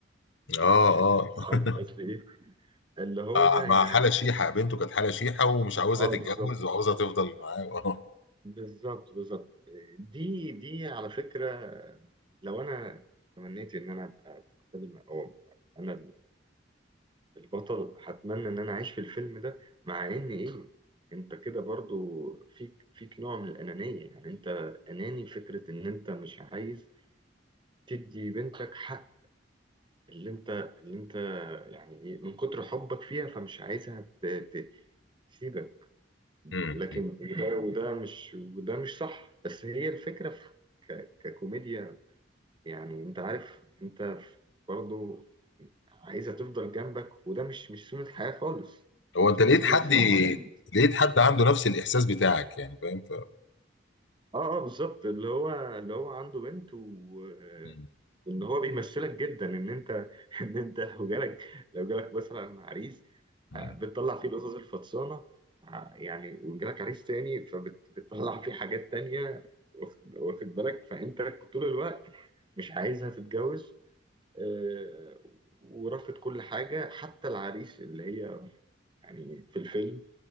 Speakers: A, on the left; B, on the right.
A: اه
B: <laughs>
A: اه
B: انت
A: <laughs>
B: فاهم قصدي ايه اللي هو
A: مع
B: يعني
A: مع حالة شيحة بنته كانت حالة شيحة ومش عاوزة
B: اه
A: تتجوز
B: بالظبط
A: وعاوزة تفضل معاه <laughs> اه
B: بالظبط بالظبط دي دي على فكرة لو انا تمنيت ان انا ابقى فيلم او أبقى انا البطل هتمنى ان انا اعيش في الفيلم ده مع ان ايه انت كده برضو فيك فيك نوع من الانانيه يعني انت اناني فكره ان انت مش عايز تدي بنتك حق اللي انت اللي انت يعني ايه من كتر حبك فيها فمش عايزها ت- ت- تسيبك
A: مم.
B: لكن
A: مم.
B: وده وده مش مش صح بس فكره في- ككوميديا يعني انت عارف انت برضو عايزها تفضل جنبك وده مش مش سنه حياه خالص
A: هو انت
B: مش دي
A: لقيت
B: سنه
A: حد
B: الحياه
A: لقيت حد عنده نفس الاحساس بتاعك يعني فاهم ف...
B: اه اه بالظبط اللي هو اللي هو عنده بنت و... آه،
A: مم.
B: وان هو بيمثلك جدا ان انت <laughs> ان انت لو جالك لو جالك مثلا عريس
A: مم.
B: آه، بتطلع فيه القصص الفطسانه آه، يعني وجالك عريس تاني فبتطلع فيه حاجات تانية واخد واخد بالك فانت طول الوقت مش عايزها تتجوز آه، ورافض كل حاجه حتى العريس اللي هي يعني في الفيلم